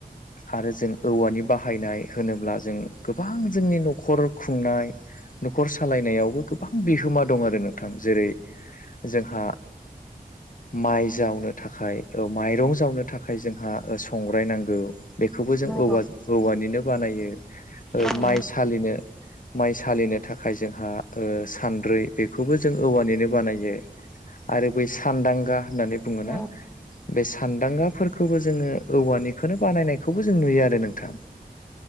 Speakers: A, on the left; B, in the centre.
A: आरो जों औवानि बाहायनाय होनोब्ला जों गोबां जोंनि न'खर खुंनाय न'खर सालायनायावबो गोबां बिहोमा दं आरो नोंथां जेरै जोंहा माइ जावनो थाखाय माइरं जावनो थाखाय जोंहा संग्राय नांगौ बेखौबो जों
B: नंगौ
A: औवा औवानिनो बानायो
B: औ
A: माइ सालिनो माइ सालिनो थाखाय जोंहा सान्द्रै बेखौबो जों औवानिनो बानायो आरो बै सानदांगा होननानै बुङोना
B: नंगौ
A: बे सानदांगा फोरखौबो जोङो औवानिखौनो बानायनायखौबो जों नुयो आरो नोंथां